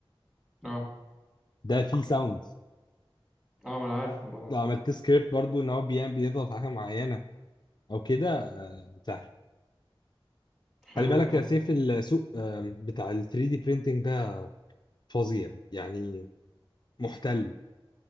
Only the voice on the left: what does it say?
ده فيه ساوند
لو
عملت سكريبت برضو ان هو بيعمل بيضغط على حاجه معينه او كده سهل
خلي بالك
يا سيف السوق آم، بتاع ال 3 دي printing ده فظيع يعني محتل